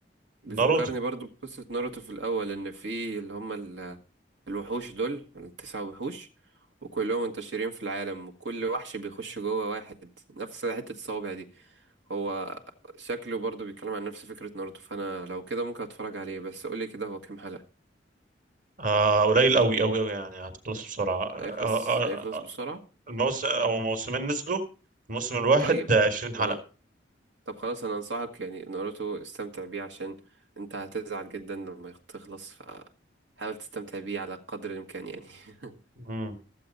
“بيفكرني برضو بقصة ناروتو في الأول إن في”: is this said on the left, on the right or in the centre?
Right